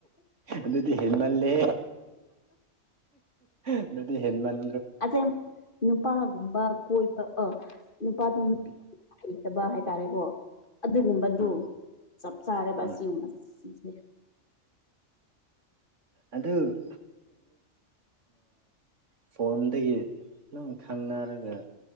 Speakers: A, on the right; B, on the left.
A: ꯑꯗꯨꯗꯤ ꯍꯦꯟꯦꯟꯃꯜꯂꯦ ꯑꯗꯨꯗꯤ ꯍꯦꯟꯦꯟꯃꯟ
B: ꯑꯗꯨꯝ ꯅꯨꯄꯥꯒꯨꯝꯕ ꯀꯣꯏꯕ ꯑ ꯅꯨꯄꯥꯗꯣ ꯅꯨꯄꯤ ꯍꯩꯇꯕ ꯍꯥꯏꯇꯥꯔꯦꯀꯣ ꯑꯗꯨꯒꯨꯝꯕꯗꯨ
A: ꯎꯝ
B: ꯆꯞ ꯆꯥꯔꯦꯕ
A: ꯎꯝ
B: ꯑꯁꯤꯒꯨꯝꯕ ꯁꯤꯁꯦ
A: ꯑꯗꯨ <unintelligible> ꯐꯣꯟꯗꯒꯤ ꯅꯪ ꯈꯪꯅꯔꯒ